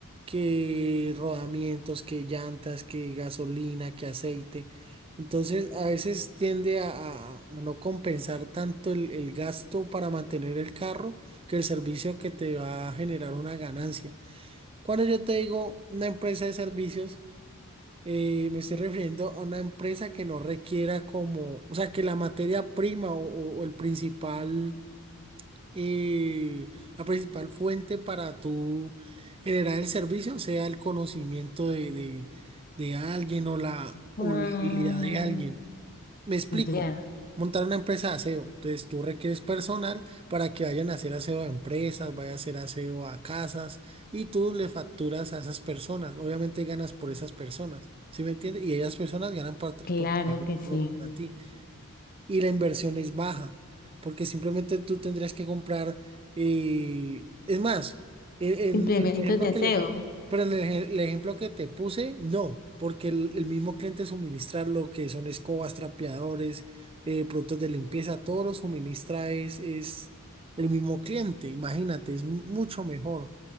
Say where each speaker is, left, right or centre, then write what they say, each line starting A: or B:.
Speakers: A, on the right; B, on the left.
A: que rodamientos, que llantas, que gasolina, que aceite. Entonces a veces tiende a, a- a no compensar tanto el, el gasto para mantener el carro que el servicio que te va a generar una ganancia. Cuando yo te digo una empresa de servicios, eh, me estoy refiriendo a una empresa que no requiera como, o sea, que la materia prima o, o- o el principal, eh, la principal fuente para tu generar el servicio sea el conocimiento de, de- de alguien o la, o
B: Ah,
A: la habilidad de alguien. Me explico.
B: ya,
A: Montar una empresa de aseo. Entonces tú requieres personal para que vayan a hacer aseo a empresas, vaya a hacer aseo a casas y tú le facturas a esas personas. Obviamente ganas por esas personas. ¿Sí me entiendes? Y ellas personas ganan por,
B: claro
A: por,
B: que sí.
A: por- para ti y la inversión es baja, porque simplemente tú tendrías que comprar, eh, es más, en, en-
B: Implementos
A: en el ejemplo
B: de
A: que
B: aseo.
A: le- pero en el, ej- el ejemplo que te puse, no, porque el, el mismo cliente suministra lo que son escobas, trapeadores, eh, productos de limpieza, todo lo suministra es, es el mismo cliente, imagínate, es mu- mucho mejor.